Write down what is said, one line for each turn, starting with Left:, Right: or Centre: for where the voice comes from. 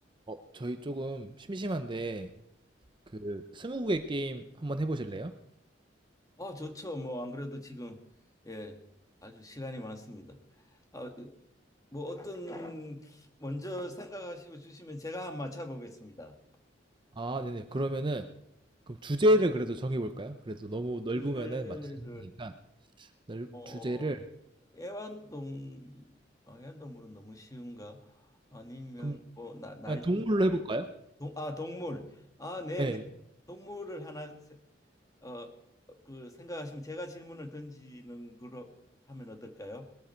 Right: 어, 저희 조금 심심한데 그 스무고개 게임 한번 해보실래요?
Left: 어, 좋죠. 뭐, 안 그래도 지금, 예, 아주 시간이 많습니다. 아, 뭐, 어떤, 먼저 생각하시고 주시면 제가 한번 맞춰보겠습니다.
Right: 아, 네네. 그러면은 그럼 주제를 그래도 정해볼까요? 그래도 너무 넓으면은
Left: 주제를,
Right: 맞추기 힘드니까 넓,
Left: 어,
Right: 주제를
Left: 애완동, 아, 애완동물은 너무 쉬운가? 아니면,
Right: 그럼
Left: 뭐, 나, 날,
Right: 그냥 동물로 해볼까요?
Left: 동, 아, 동물. 아, 네네.
Right: 네.
Left: 동물을 하나, 세- 어, 그, 생각하시면 제가 질문을 던지는 걸로 하면 어떨까요?